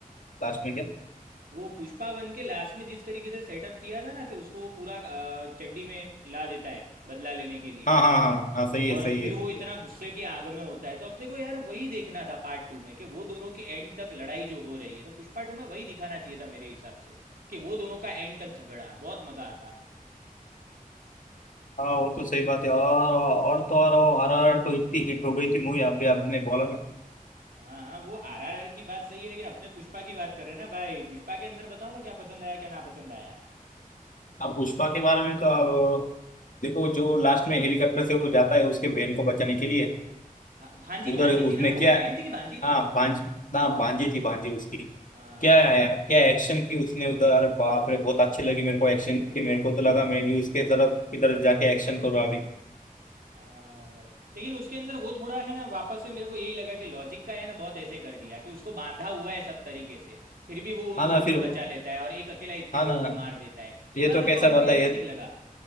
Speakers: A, on the left; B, on the right.
A: लास्ट में क्या
B: वो पुष्पा वन के लास्ट में जिस तरीके से सेटअप किया था ना कि उसको वो पूरा अ, चड्डी में ला देता है बदला लेने के लिए
A: हाँ हाँ हाँ हाँ सही है
B: और
A: सही
B: फिर
A: है सही
B: वो इतना
A: है
B: गुस्से की आग में होता है तो अपने को यार वही देखना था पार्ट टू में कि वो दोनों की एंड तक लड़ाई जो हो रही है तो पुष्पा टू में वही दिखाना चाहिए था मेरे हिसाब से कि वो दोनों का एंड तक झगड़ा बहुत मजा आता
A: हाँ वो तो सही बात है और और तो और वो आर आर आर तो इतनी हिट हो गई थी मूवी आप भी आपने बोला ना
B: हाँ हाँ वो आरआरआर की बात सही है लेकिन अपने पुष्पा की बात कर रहे हैं ना भाई पुष्पा के अंदर बताओ ना क्या पसंद आया क्या ना पसंद आया
A: अब पुष्पा के बारे में तो आप देखो जो लास्ट में हेलीकॉप्टर से वो जाता है उसके बहन को बचाने के लिए
B: हाँ भांजी
A: उधर
B: भांजी
A: उसने
B: थी ना वो
A: क्या
B: बहन थी कि भांजी थी
A: हाँ भांज ना भांजी थी भांजी उसकी
B: हाँ
A: क्या
B: हाँ
A: क्या एक्शन की उसने उधर अरे बाप रे बहुत अच्छी लगी मेरे को एक्शन
B: हाँ
A: की मेरे
B: हाँ
A: को तो लगा मैं भी उसके तरफ इधर जाके एक्शन करूँ अभी
B: हाँ भाई लेकिन उसके अंदर वो थोड़ा है ना वापस से मेरे को यही लगा कि लॉजिक का है ना बहुत ऐसे कर दिया कि उसको बांधा हुआ है सब तरीके से फिर भी वो उन
A: हाँ ना
B: लोगों
A: फिर
B: से बचा लेता है और एक अकेला इतने
A: हाँ
B: लोगों
A: ना
B: को मार देता है
A: ये
B: थोड़ा
A: तो
B: सा
A: कैसा
B: तो अनरियलिस्टिक
A: बता ये
B: लगा